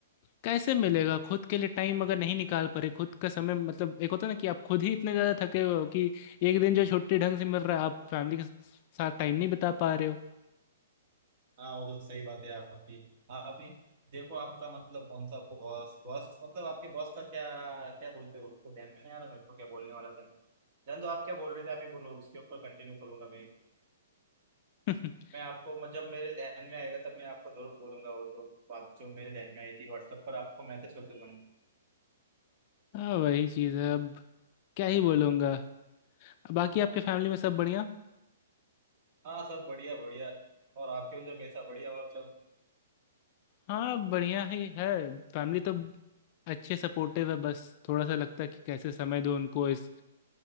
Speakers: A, on the left; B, on the right.
A: कैसे मिलेगा खुद के लिए टाइम अगर नहीं निकाल पा रहे खुद का समय मतलब एक होता है ना कि आप खुद ही इतने ज़्यादा थके हुए हो कि एक दिन जो छुट्टी ढंग से मिल रहा है आप फैमिली के साथ टाइम नहीं बिता पा रहे हो
B: हाँ वो तो सही बात है आपकी आप ही देखो आपका मतलब कौन सा बॉस बॉस मतलब आपके बॉस का क्या क्या बोलते हो उसको ध्यान में नहीं आ रहा मेरे को क्या बोलने वाला था मैं जान दो आप क्या बोल रहे थे आप ही बोलो उसके ऊपर कंटिन्यू करूंगा मैं
A: <laughs>
B: मैं आपको म- जब मेरे ध्यान में आएगा तब मैं आपको जरूर बोलूंगा वो तो बात जो मेरे ध्यान में आई थी व्हाट्सएप पर आपको मैसेज कर दूंगा मैं।
A: हाँ वही चीज़ है अब क्या ही बोलूँगा बाकी आपके फैमिली में सब बढ़िया
B: हाँ सब बढ़िया बढ़िया और आपके उधर कैसा बढ़िया और सब
A: हाँ बढ़िया ही है फैमिली तो अच्छे सपोर्टिव है बस थोड़ा सा लगता है कि कैसे समय दो उनको इस